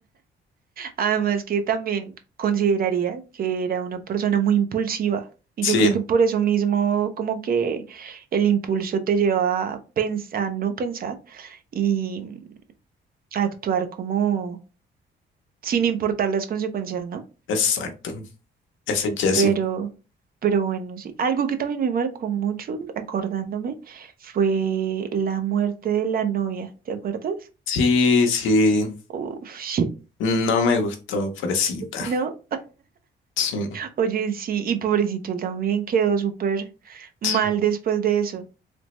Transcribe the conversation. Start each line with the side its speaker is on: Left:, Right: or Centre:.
Right: Además que también consideraría que era una persona muy impulsiva y
Left: Sí,
Right: yo creo que por eso mismo como que el impulso te lleva a pensar, no pensar y a actuar como sin importar las consecuencias, ¿no?
Left: exacto. Ese Jesse.
Right: Pero, pero bueno, sí. Algo que también me marcó mucho, acordándome, fue la muerte de la novia, ¿te acuerdas?
Left: Sí, sí.
Right: Uf,
Left: No me gustó, pobrecita.
Right: <laughs> ¿no?
Left: Sí,
Right: Oye, sí, y pobrecito, él también quedó súper mal
Left: sí,
Right: después de eso.